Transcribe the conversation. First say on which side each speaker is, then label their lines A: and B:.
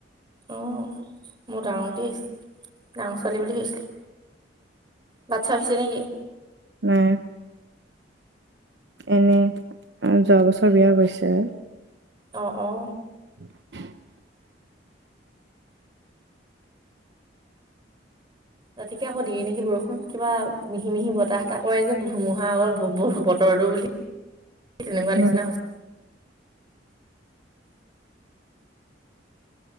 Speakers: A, on the right; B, on the right.
A: অ' মই ডাঙৰ বুলি ভাবিছিলোঁ ডাঙৰ ছোৱালী বুলি ভাবিছিলোঁ। বাটচা হৈছে নেকি?
B: নাই। এনে যোৱা বছৰ বিয়া হৈছেহে।
A: অ', অ'।
B: <inaudible>
A: ৰাতিকে আকৌ দিয়ে নেকি বৰষুণ কিবা মিহি মিহি বতাহ এতাহ কৰে যে ধুমুহা আগৰ বতৰটো বুলি সেই তেনেকুৱা
B: উম
A: নিচিনা হৈছে।